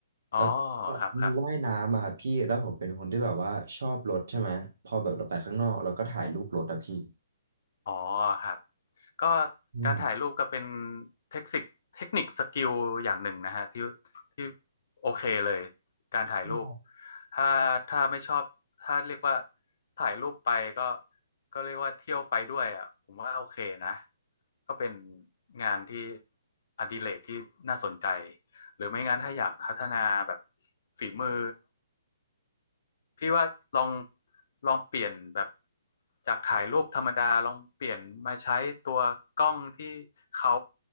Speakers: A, on the left; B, on the right.
A: อ๋อ
B: แล้วก็มีว่ายน้ำอะครับพี่แล้วผมเป็นคนที่แบบว่าชอบรถใช่ไหมพอแบบเราไปข้างนอกเราก็ถ่ายรูปรถอะพี่
A: ครับครับ อ๋อครับก็
B: ง่าย
A: การถ่ายรูปก็เป็นเทคนิคเทคนิคสกิลอย่างหนึ่งนะฮะที่ที่โอเคเลยการถ่ายรูป
B: ง
A: ถ้าถ้าไม่ชอบถ้าเรียกว่าถ่ายรูปไปก็ก็เรียกว่าเที่ยวไปด้วยอ่ะผมว่าโอเคนะก็เป็นงานที่อดิเรกที่น่าสนใจหรือไม่งั้นถ้าอยากพัฒนาแบบฝีมือ พี่ว่าลองลองเปลี่ยนแบบจากถ่ายรูปธรรมดาลองเปลี่ยนมาใช้ตัวกล้องที่เขา